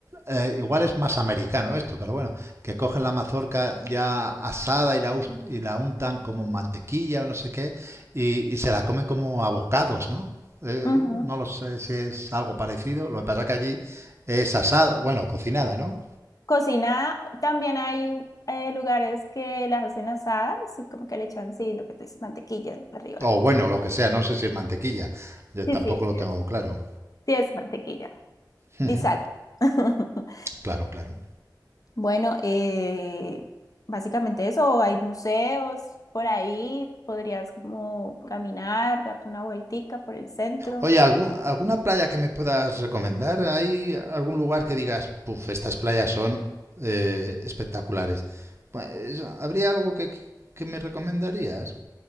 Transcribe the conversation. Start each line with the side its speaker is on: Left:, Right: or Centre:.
Right: eh, igual es más americano esto, pero bueno, que cogen la mazorca ya asada y la, us- y la untan como mantequilla o no sé qué, y, y se la comen como abocados, ¿no? Eh,
Left: Ujú.
Right: no lo sé si es algo parecido. Lo que pasa que allí es asada, bueno, cocinada, ¿no?
Left: Cocina, también hay eh, lugares que las hacen asadas y como que le echan, sí, lo que tú dices, mantequilla arriba.
Right: O bueno, lo que sea, no sé si es mantequilla. Yo
Left: Sí,
Right: tampoco
Left: sí,
Right: lo
Left: sí
Right: tengo
Left: es.
Right: claro.
Left: Sí, es mantequilla.
Right: <laughs> Ujú,
Left: Y sal. <laughs>
Right: Claro, claro.
Left: Bueno, eh, básicamente eso, hay museos por ahí, podrías como caminar, darte una vueltica por el centro.
Right: Oye, ¿algún- ¿alguna playa que me puedas recomendar? ¿Hay algún lugar que digas, puf, estas playas son eh, espectaculares? Pues, ¿habría algo que, que me recomendarías?